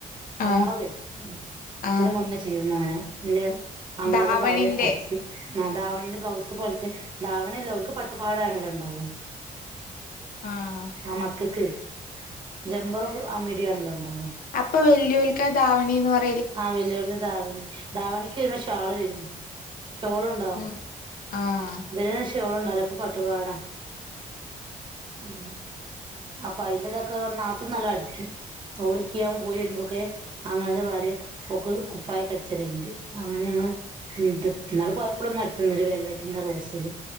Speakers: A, on the right; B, on the left.
A: മോളത്
B: ആഹ്
A: ഇതിന്
B: ആഹ്
A: മുന്നേ ചെയ്ത്ണ് അങ്ങനെ ഇന്റെ അങ്ങനെത്തെ
B: ധാവണിന്റെ
A: കാര്യം അടിക്കും ആ ധാവണീന്റെ ബ്ലൗസ് പോലത്തെ ധാവണി അല്ല ഓല്ക്ക്‌ പട്ടുപാവാട ആണല്ലോ ഉണ്ടാവുക
B: ആഹ
A: ആ മക്കക്ക് ജമ്പറും ആ മിടിം ആണല്ലോ ഇണ്ടാവ
B: അപ്പൊ വല്ല്യോല്ക്കാ ധാവണീ എന്ന് പറ
A: ആഹ വല്ല്യോര്ത് ധാവണി ധാവണിക്ക് വരുമ്പോ ഷാള് വരും ഷോളും ഉണ്ടാവും
B: ഉം ആഹ്
A: ഇവരെതിന് ഷോൾ ഉണ്ടാവൂല്ലാ അപ്പൊ പട്ടുപാവാട ഉം അപ്പൊ അയിന്റെതൊക്കെ നാത്തുൻ നല്ലം അടിക്കും ഓള് ഇന്കി ഞാൻ പോയി വരുമ്പോക്കെ ആങ്ങളേന്റെ ഭാര്യ ഓൾക്ക് കുപ്പായം ഒക്കെ അടിച്ച് തെരല് ഇണ്ട് അങ്ങനെ ഞങ്ങള് ഇന്നാള് പോയപ്പൊളും ഒന്ന് അടിച്ച് തന്ന് ഒരു വെൽവെറ്റിന്റെ റോസ്